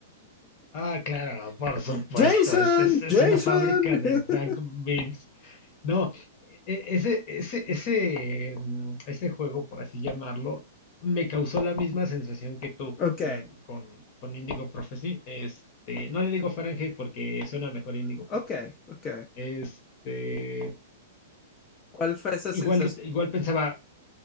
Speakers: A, on the left; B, on the left.
A: Ah, claro, por supuesto,
B: <laughs>
A: es, es, es
B: Jason, Jason.
A: una fábrica de
B: <laughs>
A: dank memes. No, e- ese, ese, ese, eh, mm, ese juego, por así llamarlo, me causó la misma sensación que tú
B: Ok,
A: en- con, con Indigo Prophecy. Este, no le digo Fahrenheit porque suena mejor Indigo
B: ok,
A: Prophecy.
B: ok.
A: Este,
B: ¿Cuál fue esa
A: igual,
B: sensación?
A: de- igual pensaba,